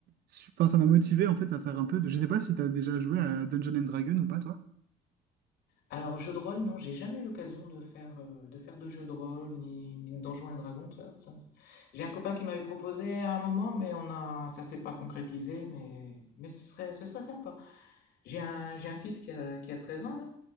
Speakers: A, on the right; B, on the left.
A: su- enfin, ça m'a motivé, en fait, à faire un peu de... Je sais pas si t'as déjà joué à Dungeons and Dragons ou pas, toi?
B: Alors, jeu de rôle, non, j'ai jamais eu l'occasion de faire, euh, de faire de jeu de rôle, ni, ni de Donjons et Dragons, tout ça, ça. J'ai un copain qui m'avait proposé à un moment, mais on a, ça s'est pas concrétisé, mais, mais ce serait, ce serait sympa. J'ai un, j'ai un fils qui a, qui a 13 ans là,